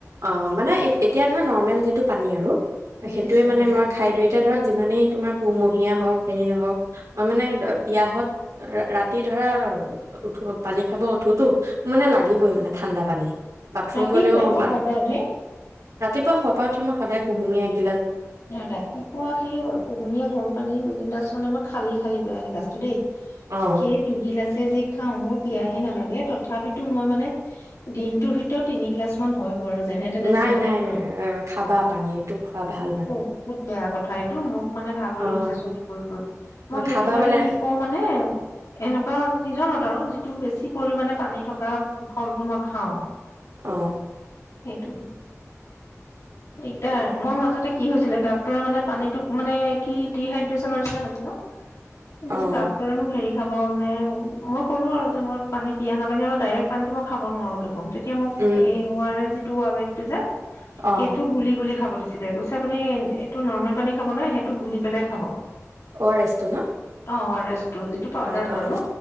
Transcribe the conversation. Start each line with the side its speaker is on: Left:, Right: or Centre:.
Right: অঁ মানে এতিয়া ধৰ নৰ্মেল যিটো পানী আৰু
Left: বুজিছো
Right: সেইটোৱে
Left: বুজিছো
Right: মানে মই খাই দিওঁ এতিয়া ধৰ যিমানেই তোমাৰ কুমহীয়া হওঁক হেৰি নহওঁক অঁ মানে পিয়াহত ৰাতি ধৰা উঠো পানী খাব উঠোতো মানে লাগিবই মানে ঠাণ্ডা পানী বাথৰুম
Left: ৰাতি
Right: গ'লেও
Left: চোৱা ন
Right: মা-
Left: কপৰতহে
Right: ৰাতিপুৱা শুৱাৰ পৰা উঠিই সদায় কুহুমীয়া আহি
Left: ৰাতিপুৱা সেই কুহুমীয়া গৰম পানী দুগিলাছ মানে মই খালি খালি আহিল আছো দেই
Right: অ'
Left: সেই দুগিলাচে যি খাওঁ মোৰ পিয়াহে নালাগে তথাপি মই মানে দিনটোৰ ভিতৰত তিনিগিলাচ মান হয় গৈ আৰু যেনে তেনে যেনে
Right: নাই
Left: তেনে
Right: নাই
Left: খাওঁ
Right: খাবা পানী তোৱা খোৱা ভাল মানে
Left: বহুত বেয়া কথা এইটো মোক মানে ভাগৰি
Right: অ'
Left: গৈছে চবে কৰি কৈ কৈ মই সেইটো
Right: খাবা
Left: কাৰণে
Right: মানে
Left: কি কওঁ মানে এনেকুৱা চিজনত আৰু যিটো বেছি পৰিমানে পানী থকা ফলটো মই খাওঁ
Right: অঁ
Left: টো দিগদাৰ মই মাজতে কি হৈছিলে ডাক্তৰে মানে পানীতোক মানে কি ডিহাইড্ৰেছনৰ নিচিনা হৈছিল ন তেন্ত
Right: অ'
Left: ডাক্তৰে মোক হেৰি খাব মানে মই ক'লো আৰু যে মই পানী পিয়াহ নালাগে আৰু ডাইৰেক্ট পানীতো মই খাব নোৱাৰো দেখ তেতিয়া মোক
Right: উম
Left: এই হ টোৱালাইটো যে
Right: অ'
Left: সেইটো গুলি গুলি খাব দিছে কৈছে আপুনি এইটো নৰ্মেল পানী খাব ন সেইটো গুলি পেলাই খাব
Right: অ' আৰ এছ টো ন
Left: অ আৰ এছ টো যিটো পাউদাৰটো
Right: অঁ অঁ
Left: আৰু